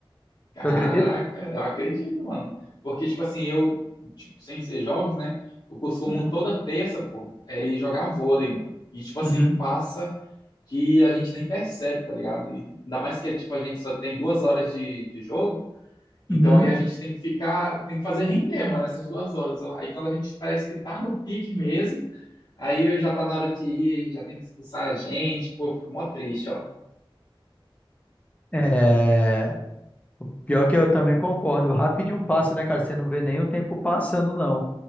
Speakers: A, on the left; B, on the left.
A: Caraca,
B: Tu acredita?
A: eu acredito, mano. Porque, tipo assim, eu, tipo, sem ser jogos, né? Eu costumo
B: Uhum,
A: toda terça, pô, é ir jogar vôlei, mano. E, tipo assim,
B: uhum,
A: passa que a gente nem percebe, tá ligado? E ainda mais que tipo a gente só tem duas horas de, de jogo, então
B: uhum.
A: aí a gente tem que ficar, tem que fazer render, mano, essas duas horas. ó. Aí quando a gente parece que tá no pique mesmo, aí já tá na hora de ir, aí já tem que expulsar a gente, pô, eu fico mó triste, ó.
B: É... Pior que eu também concordo. Rapidinho passa, né, cara? Você não vê nem o tempo passando, não.